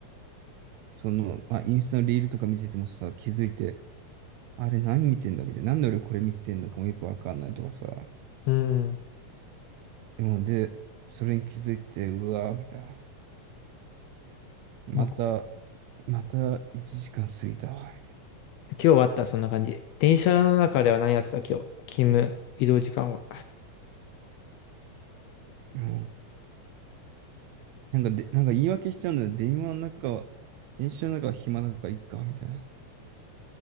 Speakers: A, on the right; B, on the left.
A: その、まあ、インスタのリールとか見ててもさ、気づいて、あれ何見てんだみたいな。なんで俺これ見てんだかもよくわかんないとかさ。
B: うん。
A: でもで、それに気づいて、うわーみたいな。また、
B: もう
A: また1時間過ぎたわ。
B: 今日はあった、そんな感じ。電車の中では何やってた、今日。勤務、移動時間は。
A: うん。なんかで、なんか言い訳しちゃうんだよ。電話の中は、電車の中は暇だからいっか、みたいな。